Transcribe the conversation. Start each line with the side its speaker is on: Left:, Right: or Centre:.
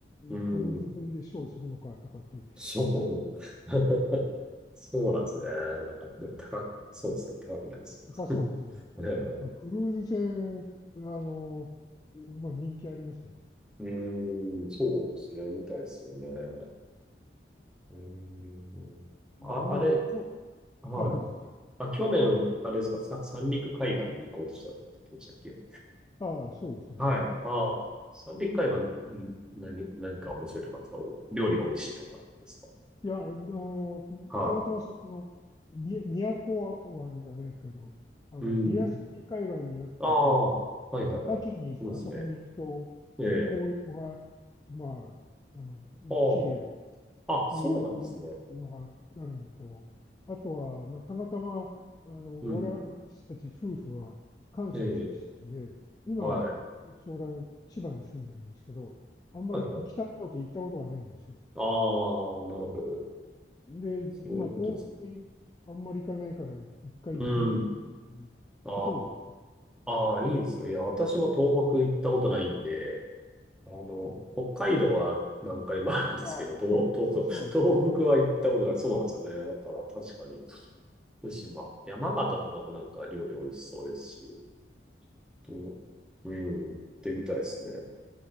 Centre: うん。
Left: クルーズ船でショーするのかとかって言ってたんで、
Centre: そう。<laughs> そうなんですね。なんか、でも高く、そうですね。高くなりそうです。
Left: 高そうですよね。
Centre: <laughs>
Left: まあ、クルーズ船、あの、まあ人気ありますよね。
Centre: うん、うーんそうですね。みたいですよね。うーん。あ、
Left: 思えば、
Centre: あれ、
Left: こ
Centre: はい。
Left: う、あ、どうぞ。はい
Centre: あ、去年、あれですか、さ、三陸海岸に行こうとしたって言ってましたっけ
Left: ああ、そうですね。
Centre: はい。
Left: はい。
Centre: ああ、三陸海岸に何、何か面白いとかあるんですかお料理が美味しいとかですか
Left: いや、あの、
Centre: は
Left: たまたま、あの、み、宮古湾じゃないけど、あの、
Centre: い。うん。
Left: リアス式海岸になってて、
Centre: ああ、はいはいはい。
Left: 秋にあそこに行くと、
Centre: いますね。ええ。
Left: 紅葉が、まあ、あの、
Centre: あ
Left: 綺麗だ
Centre: あ、あ、そうなんですね。
Left: というのがあるのと、あとは、まあ、たまたま、あの、
Centre: うん。
Left: 我々、私たち夫婦は関西出身で、
Centre: ええ、
Left: 今、
Centre: はい。
Left: ちょうどあの千葉に住んでるんですけど、あんまり北の方って行ったことがないんですよ。
Centre: はいはい。ああ、なるほど。
Left: で、まあ、
Centre: そういうことです。
Left: 東北ってあんまり行かないから、い一回行ってみようということを言って、
Centre: うん。ああ、ああ、いいですよいや、私も東北行ったことないんで、あの、北海道は何回もあるんですけど、
Left: ああ、
Centre: 東、
Left: そう、
Centre: 東、
Left: そう、
Centre: そう東北は行ったことない。
Left: そうなんですよ。
Centre: そうなんですよね。だから確かに、福島、山形とかもなんか料理美味しそうですし、と、うん、行ってみたいですね。